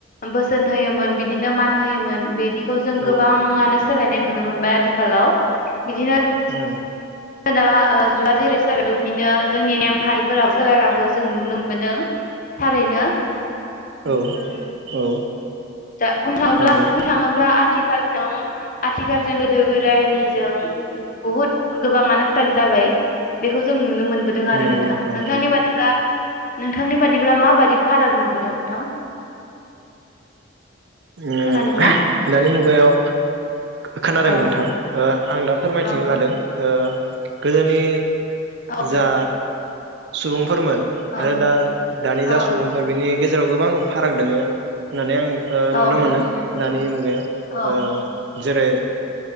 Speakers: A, on the left; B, on the right.
A: बोसोन होयोमोन बिदिनो मान होयोमोन बिदि खौ जों
B: औ
A: गोबाङानो सोलायनाय नुनो मोनबाय आथिखालाव बिदिनो
B: ओ
A: दा जुगवा जेरै सोलायदों बिदिनो जोंनि नेम खान्थिफोराबो सोलायलांगौ जों नुनो मोनदों थारैनो उम
B: औ औ
A: दा बुंनो थाङोब्ला
B: नंगौ
A: बुंनो थाङोब्ला आथिखालजों आथिखालजों गोदो गोदायनिजों बुहुद गोबाङानो फाराग जाबाय। बेखौ जों नुनो मोनबोदों आरो
B: नंगौ
A: नोंथां नोंथांनि
B: नंगौ
A: बादिब्ला नोंथांनि बादिब्ला माबादि फाराग नुबोदों नोंथां?
B: ओ
A: खोनादोंना
B: <unintelligible> दानि मुगायाव खोनादों
A: औ
B: अ नोंथां आं? दा फोरमायथिनो
A: औ
B: लादों ओ गोदोनि
A: औ
B: जा सुबुंफोरमोन
A: औ
B: आरो दा दानि
A: औ
B: जा सुबुंफोर बेनि गेज जेराव गोबां फाराग दङो होननानै आं ओ नुनो
A: औ थारैनो
B: मोनो दानि मुगायाव
A: औ
B: ओम जेरै